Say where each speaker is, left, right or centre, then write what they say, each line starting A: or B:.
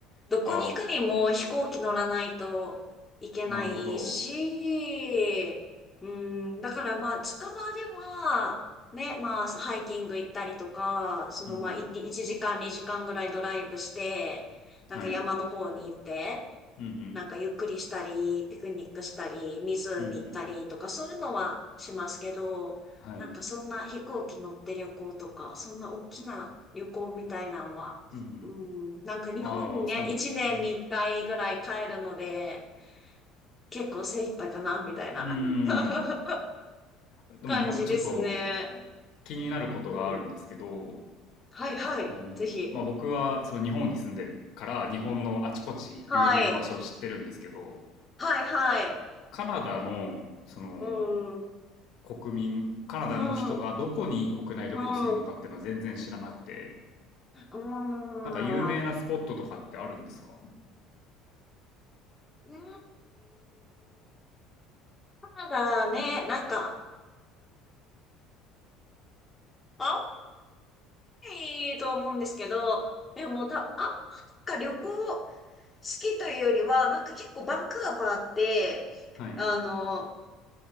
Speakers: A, on the left (about 15°); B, on the left (about 60°).
A: どこに行くにも飛行機乗らないといけないし、
B: あ、なるほど。
A: うん、だからまあ近場では、ね、まあハイキング行ったりとか、そのまあ1時間2時間ぐらいドライブして、
B: うんうん。
A: なんか山の方に行って、
B: はい。うんうん。
A: なんかゆっくりしたり、ピクニックしたり、湖行ったりとか、
B: うんうん。
A: そういうのはしますけど、
B: はい。
A: なんかそんな飛行機乗って旅行とか、そんな大きな旅行みたいなのは、
B: うんうん。
A: うん、なんか日本に1年に1回ぐらい帰るので、
B: ああ、そうなんですね。
A: 結構精一杯かな、みたいな
B: うーん。
A: <laughs>
B: でもなんかちょっと、
A: 感じですね。
B: 気になることがあるんですけど、
A: うん。はいはい。
B: あの、
A: ぜひ。
B: まあ、僕はその日本に住んでるから日本のあちこち有名な場所を知ってるんですけど、
A: はい。はいはい。
B: カナダのその
A: うん。
B: 国民、カナダの人がどこに国内旅行するのかっていうのは全然知らなくて、
A: うん。うん。うん。
B: なんか有名なスポットとかってあるんですか
A: うーん、ただね、なんか、あんまりと思うんですけど、でもた、あんまりか旅行好きというよりは、なんか結構バンクーバーって、
B: はい。
A: あの、